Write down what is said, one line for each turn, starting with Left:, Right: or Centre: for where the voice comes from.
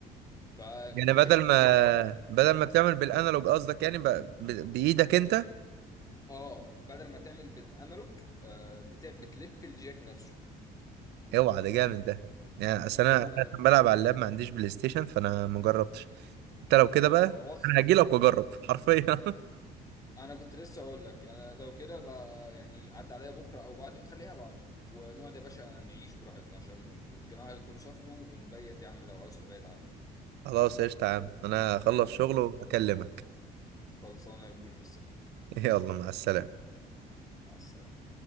Left: فدي
Right: يعني بدل
Left: كانت
Right: ما
Left: جامده موت
Right: بدل ما بتعمل بالانالوج قصدك يعني ب... ب... بايدك انت
Left: اه بدل ما تعمل بالانالوج آه، بتاع بتلف الجاك نفسه
Right: اوعى ده جامد ده يعني اصل انا
Left: جامده
Right: أنا عشان
Left: موت
Right: بلعب على اللاب ما عنديش بلاي ستيشن فانا ما جربتش انت لو كده بقى
Left: خلاص
Right: انا هجي لك واجرب حرفيا
Left: انا كنت لسه اقول لك انا لو كده بقى يعني عدى عليا بكره او بعد خليها بعده ونقعد يا باشا نعيش براحتنا عشان الجماعه يكونوا سافروا ونبيت يا عم لو عاوز تبيت عندي
Right: <laughs> خلاص قشطة يا عم انا هخلص شغل واكلمك
Left: خلصانه يا كبير مستنيك
Right: <laughs> يلا مع السلامة
Left: مع السلامه